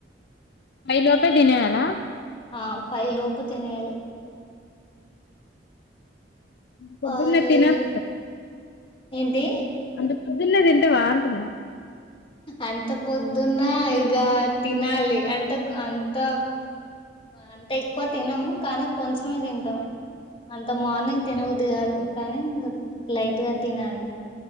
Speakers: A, on the left; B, on the left.
A: పై లోపే దినేయల
B: ఆ ఫై లోపు తినేయాలి
A: పౌలును
B: ఫైవ్
A: తినొస
B: ఏంటి
A: అంత పొద్దున్న తింటే బ అంటున్నాం
B: అంత పొద్దున్న ఇక తినాలి అంటే అంత అంత ఎక్కువ తినము కానీ కొంచెమే తింటాం అంత మార్నింగ్ తినబుద్ది కాదు కానీంకా లైట్గా తినాలి